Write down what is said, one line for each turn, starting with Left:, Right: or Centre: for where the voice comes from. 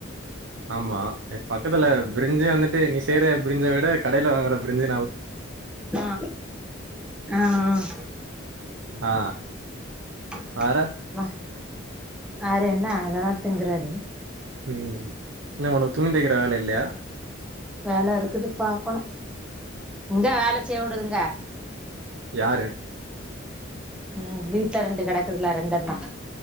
Right: ஆமா பக்கத்துல பிரிஞ்சு வந்துட்டு நீ செற பிரிஞ்ச விட கடைல வாங்கற ப்ரிஞ்சு
Centre: ஆஹ் ஆஹ்
Right: ஆ
Centre: ஆஹ்
Right: வேற
Centre: வே வேற என்ன அத திங்கறது
Right: உம் என்ன உனக்கு துணி தைக்கிற வேல இல்லியா
Centre: வேல இருக்குது பாக்கணு எங்க வேல செய்வுடுதுங்க
Right: யாரு
Centre: உம் வீட்ல ரெண்டு கிடக்குதுல ரெண்டன்ன